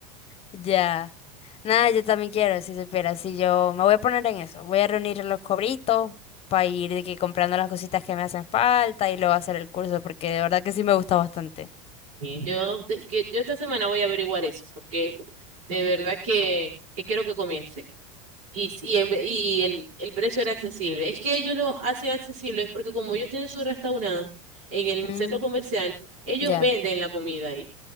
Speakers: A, on the left; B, on the right.
A: Ya. Nada, yo también quiero, si supieras, si yo me voy a poner en eso, voy a reunir los cobritos para ir de que comprando las cositas que me hacen falta y luego hacer el curso, porque de verdad que sí me gusta bastante.
B: Sí. Yo, es que yo esta semana voy a averiguar eso, porque de verdad que, que quiero que comience. Y, y, en ve- y el, el precio era accesible. Es que ellos lo hacen accesible es porque como ellos tienen su restaurante en el
A: Mm,
B: centro comercial, ellos
A: ya,
B: venden la comida ahí.